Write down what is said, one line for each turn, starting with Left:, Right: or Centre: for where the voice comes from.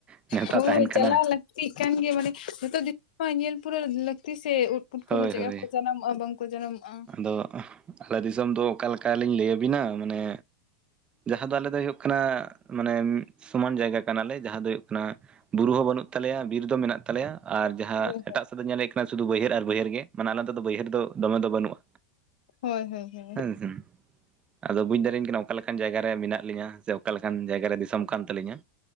Right: ᱱᱮᱣᱛᱟ
Left: ᱦᱳᱸᱭ
Right: ᱛᱟᱦᱮᱱ ᱠᱟᱱᱟ
Left: ᱪᱟᱞᱟᱜ ᱟᱞᱮ ᱾ ᱪᱮᱫ ᱠᱟᱱ ᱜᱮ ᱢᱟᱱᱮ ᱡᱚᱛᱚ <unintelligible> ᱧᱮᱞ ᱯᱩᱨᱟᱹ ᱞᱟᱹᱠᱛᱤ ᱥᱮ ᱩᱫ ᱯᱩᱴᱠᱟᱹ
Right: ᱦᱳᱭ
Left: ᱠᱚ ᱪᱮᱫᱠᱟ
Right: ᱦᱳᱭ
Left: ᱠᱚ ᱡᱟᱱᱟᱢᱚᱜᱼᱟ ᱵᱟᱝᱠᱚ ᱡᱟᱱᱟᱢᱚᱜᱼᱟ ᱾
Right: ᱟᱫᱚ ᱟᱞᱮ ᱫᱤᱥᱚᱢ ᱫᱚ ᱚᱠᱟᱮᱠᱟ ᱞᱤᱧ ᱞᱟᱹᱭᱟᱵᱤᱱᱟ ᱢᱟᱱᱮ ᱡᱟᱦᱟᱸ ᱫᱚ ᱟᱞᱮ ᱫᱚ ᱦᱩᱭᱩᱜ ᱠᱟᱱᱟ ᱢᱟᱱᱮ ᱥᱚᱢᱟᱱ ᱡᱟᱭᱜᱟ ᱠᱟᱱᱟᱞᱮ ᱡᱟᱦᱟᱸ ᱫᱚ ᱦᱩᱭᱩᱜ ᱠᱟᱱᱟ ᱵᱩᱨᱩ ᱦᱚᱸ ᱵᱟᱹᱱᱩᱜ ᱛᱟᱞᱮᱭᱟ ᱵᱤᱨ ᱫᱚ ᱢᱮᱱᱟᱜ ᱛᱟᱞᱮᱭᱟ ᱟᱨ ᱡᱟᱦᱟᱸ
Left: ᱦᱳᱭ
Right: ᱮᱴᱟᱜ ᱥᱮᱫᱛᱮ ᱧᱮᱞᱮᱫ ᱟᱨ ᱟᱨ ᱡᱟᱸᱦᱟ ᱮᱴᱟᱜ ᱥᱮᱫ ᱫᱚ ᱧᱮᱞ ᱦᱩᱭ ᱟᱠᱟᱱᱟ ᱥᱩᱫᱷᱩ ᱵᱟᱹᱭᱦᱟᱹᱲ ᱟᱨ ᱵᱟᱹᱭᱦᱟᱹᱲ ᱜᱮ ᱢᱟᱱᱮ ᱟᱞᱮ ᱚᱱᱛᱮ ᱫᱚ ᱵᱟᱹᱭᱦᱟᱹᱲ ᱫᱚ ᱫᱚᱢᱮ ᱫᱚ ᱵᱟᱹᱱᱩᱜᱼᱟ
Left: ᱦᱳᱭ ᱦᱳᱭ ᱦᱳᱭ
Right: ᱦᱮᱸ ᱥᱮ ᱟᱫᱚ ᱵᱩᱡᱽ ᱫᱟᱲᱮᱧ ᱠᱟᱱᱟᱢ ᱚᱠᱟ ᱞᱮᱠᱟᱱ ᱡᱟᱭᱜᱟ ᱨᱮ ᱢᱮᱱᱟᱜ ᱞᱤᱧᱟ ᱥᱮ ᱚᱠᱟ ᱞᱮᱠᱟᱱ ᱡᱟᱭᱜᱟ ᱨᱮ ᱫᱤᱥᱚᱢ ᱠᱟᱱ ᱛᱟᱹᱞᱤᱧᱟ